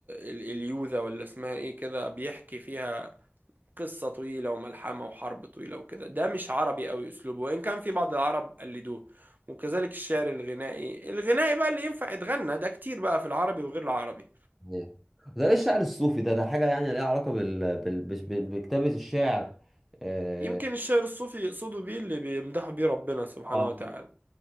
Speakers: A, on the right (about 45°); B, in the centre.
A: ال- اليوذا ولا اسمها ايه كده بيحكي فيها قصه طويله وملحمه وحرب طويله وكده ده مش عربي قوي اسلوبه وان كان في بعض العرب قلدوه وكذلك الشعر الغنائي الغنائي بقى اللي ينفع يتغنى ده كتير بقى في العربي وغير العربي
B: إيه. ده ايه الشعر الصوفي ده ده حاجة يعني ليها علاقة بال... بال... بش- بال- بكتابة الشعر اه
A: يمكن الشعر الصوفي يقصدوا بيه اللي بيمدحوا بيه ربنا سبحانه
B: اه
A: وتعالى